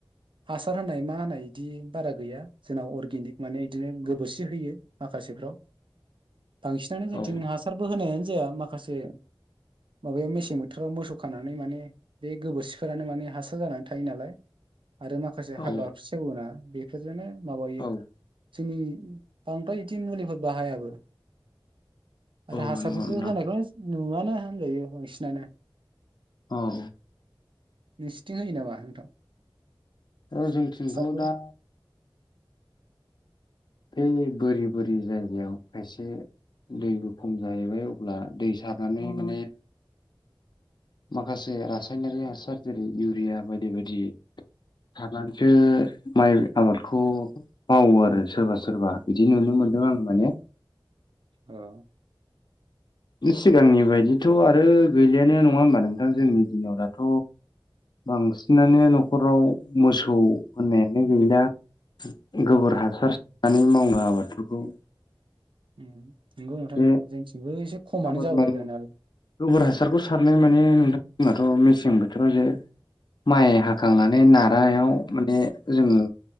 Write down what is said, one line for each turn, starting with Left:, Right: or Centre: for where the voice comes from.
Right: हासार होनाय मा होनाय दि बारा गैया जोंनाव अर्गेनिक माने बिदिनो
Left: औ
Right: गोबोरसि होयो माखासेफ्राव बांसिनानो जोंथिं
Left: औ
Right: हासारबो होनायानो जाया माखासे माबाया मेसें बोथोराव मोसौ खानानै माने बे गोबोरसिफोरानो माने हासार जानानै थायो नालाय आरो माखासे
Left: औ
Right: हाग्रा सेवहोना बेफोरजोंनो माबायो
Left: औ
Right: जोंनि बांद्राय बिदि मुलिबो बाहायाबो आरो
Left: औ
Right: हासारफोरबो
Left: नंगौ नोंथां
Right: होनायबो नुवानो होनजायो बांसिनानो
Left: औ
Right: नोंसिथिं होयो नामा नोंथां
Left: र जोंथिंथ'
Right: हासारफोर
Left: दा बै बोरि बोरि जायगायाव खायसे दैबो खम जाहैबाय अब्ला दै सारनानै माने माखासे रासायनारि हासार जेरै इउरिया बायदि बायदि सारनानैसो माइ आबादखौ मावो आरो सोरबा सोरबा बिदि नुनो मोनदों आं माने
Right: औ
Left: <unintelligible> सिगांनि बायदिथ' आरो गैलियानो नङा होमबा नोंथां जोंनि दिनाव दाथ' बांसिनानो न'खराव मोसौ होननायानो गैला गोबोर हासार नै मावनो आबादफोरखौ
Right: उम नंगौ नोंथांमोना
Left: बे
Right: जोंथिंबो एसे खमानो
Left: आबाद
Right: जाबाय
Left: मावो
Right: जानायालाय
Left: गोबोर हासारखौ सारनाय माने नोंथांमोनथ' मेसें बोथोर जे माइ हाखांनानै नारायाव माने जोङो